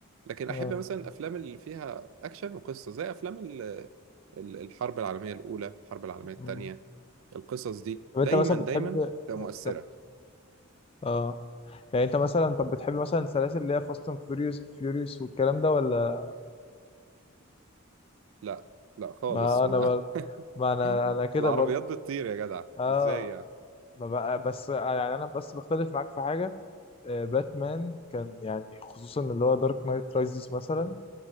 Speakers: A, on the right (about 70°); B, on the left (about 25°).
A: لكن
B: اه
A: احب مثلا الافلام اللي فيها اكشن وقصة زي افلام ال- ال- الحرب العالمية الاولى الحرب العالمية التانية
B: مم.
A: القصص دي
B: طب انت
A: دايما
B: مثلا بتحب
A: دايما تبقى
B: اه
A: مؤثرة
B: كمل. اه. يعني انت مثلا طب بتحب مثلا السلاسل اللي هي فاست اند فيوريوس فيوريوس والكلام ده ولا
A: لا لا خالص
B: ما
A: ما
B: انا بر... ما انا
A: <laughs>
B: انا كده
A: العربيات
B: برضو
A: بتطير يا جدع
B: اه
A: ازاي يعني
B: ما بقى بس يعني انا بس بختلف معاك في حاجه آه، باتمان كان يعني خصوصا اللي هو دارك نايت رايزز مثلا